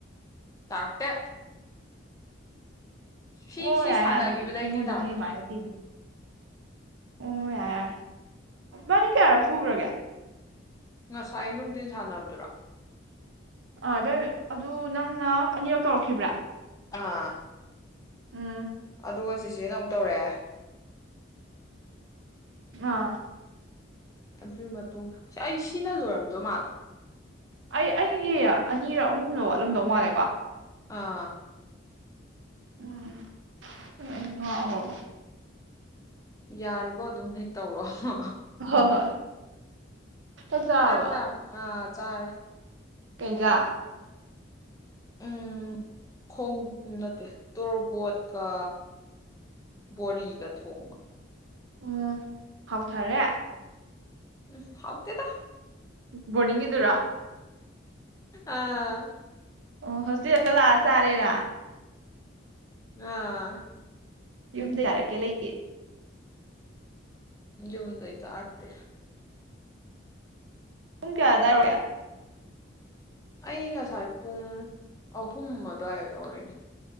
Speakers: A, on the left; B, on the right.
A: ꯇꯥꯔꯛꯇꯦ ꯁꯤ
B: ꯑꯣ
A: ꯁꯤ
B: ꯌꯥ
A: ꯁꯥꯟꯅꯈꯤꯕꯗꯩꯗꯤ
B: ꯌꯥꯔꯦ ꯑꯗꯨꯗꯤ ꯑꯩꯉꯣꯟꯗꯗꯤ
A: ꯇꯥꯔꯛꯇꯣꯏꯅꯦ
B: ꯑꯗꯨꯃꯥꯏꯅ ꯇꯦ ꯑꯣ ꯌꯥꯔꯦ ꯌꯥꯔꯦ ꯏꯕꯥꯅꯤ ꯀꯌꯥꯔꯛ ꯁꯨꯈ꯭ꯔꯒꯦ
A: ꯉꯁꯥꯏ ꯅꯨꯡꯊꯤꯟ ꯁꯥꯟꯅꯕꯗꯨꯔꯥ
B: ꯑ ꯑꯗꯨ ꯅꯪꯅ ꯑꯅꯤꯔꯛ ꯇꯧꯔꯛꯈꯤꯕ꯭ꯔꯥ
A: ꯑꯥ
B: ꯎꯝ
A: ꯑꯗꯨꯒ ꯆꯤꯆꯦꯅ ꯑꯃꯨꯛ ꯇꯧꯔꯦ
B: ꯑꯥ
A: ꯑꯗꯨꯒꯤ ꯃꯇꯨꯡꯗ ꯑꯁ ꯑꯩ ꯁꯤꯅ ꯂꯣꯏꯔꯝꯗꯣꯏ ꯃꯥꯜꯂꯦ
B: ꯑꯩ ꯑꯩꯗꯤ ꯑꯅꯤꯔ ꯑꯍꯨꯝꯂ ꯋꯥꯠꯂꯝꯗꯧ ꯃꯥꯜꯂꯦꯀꯣ
A: ꯑꯥ
B: ꯎꯝ ꯎꯝ ꯑꯩ ꯉꯥꯎꯔꯕ
A: ꯌꯥꯔꯤꯕꯣ ꯑꯗꯨꯝ ꯍꯦꯛ ꯇꯧꯔꯣꯑꯣ
B: ꯍꯣꯏ ꯍꯣꯏ ꯆꯥꯛ ꯆꯥꯔꯕꯣ
A: ꯆꯥꯡ ꯆꯥ ꯑ ꯆꯥꯔꯦ
B: ꯀꯩ ꯍꯤꯡꯖꯥꯡ
A: ꯎꯝ ꯈꯣꯡ ꯅꯠꯇꯦ ꯇꯣꯔꯕꯣꯠꯀ ꯕꯣꯔꯤꯒ ꯊꯣꯡꯕ
B: ꯎꯝ ꯍꯥꯎꯊꯔꯦ
A: ꯎꯝ ꯍꯥꯎ ꯇꯦꯗ
B: ꯕꯣꯅꯤꯡꯒꯤꯗꯨꯔꯥ
A: ꯑꯥ
B: ꯑꯣ ꯍꯣꯁꯇꯦꯜꯗ ꯂꯥꯛꯑ ꯆꯥꯔꯦꯔ
A: ꯑꯥ
B: ꯌꯨꯝꯗ ꯌꯥꯔꯛꯀꯦ ꯂꯩꯇꯦ
A: ꯌꯨꯝꯗꯩ ꯀꯥꯔꯛꯇꯦ
B: ꯄꯨꯡ ꯀꯌꯥ ꯑꯗꯥꯏ ꯑꯣꯏꯒꯦ
A: ꯑꯩ ꯉꯁꯥꯏ ꯄꯨꯡ ꯑꯍꯨꯝ ꯑꯗꯨꯋꯥꯏ ꯑꯣꯏꯔꯅꯤ